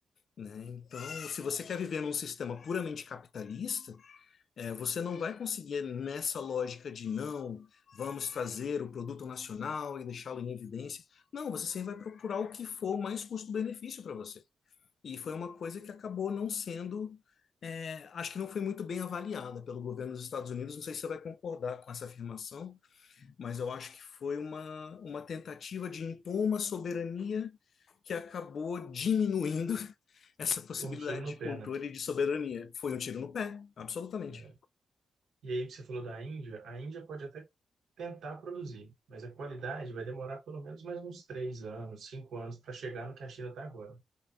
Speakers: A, on the left; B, on the right.
A: né? Então, se você quer viver num sistema puramente capitalista, é, você não vai conseguir nessa lógica de não, vamos trazer o produto nacional e deixá-lo em evidência. Não, você sempre vai procurar o que for mais custo-benefício para você. E foi uma coisa que acabou não sendo, é, acho que não foi muito bem avaliada pelo governo dos Estados Unidos. Não sei se você vai concordar com essa afirmação, mas eu acho que foi uma, uma tentativa de impor uma soberania que acabou diminuindo essa possibilidade
B: Um tiro no
A: de
B: pé,
A: controle
B: né?
A: e de soberania. Foi um tiro no pé, absolutamente.
B: É. E aí que você falou da Índia, a Índia pode até tentar produzir, mas a qualidade vai demorar pelo menos mais uns três anos, cinco anos para chegar no que a China está agora.